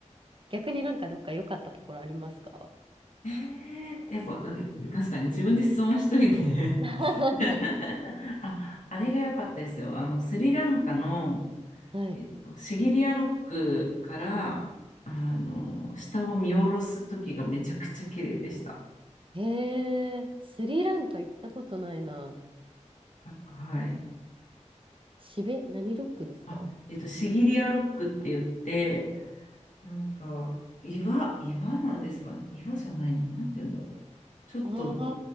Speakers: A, on the right; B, on the left.
A: 逆になんかどっか良かったところありますか
B: えーやっぱうん確かに自分で質問しといて
A: <laughs>
B: <laughs> あ、あれが良かったですよ。あのスリランカの、
A: はい。
B: えっと、シギリアロックからあの下を見下ろす時がめちゃくちゃ綺麗でした。
A: へえ、スリランカ行ったことないな。
B: なんかはい。
A: しべ、何ロックですか
B: あ、えっとシギリアロックって言ってなんか岩岩なんですかね。岩じゃないの。なんて言うんだろう。ちょっと
A: あ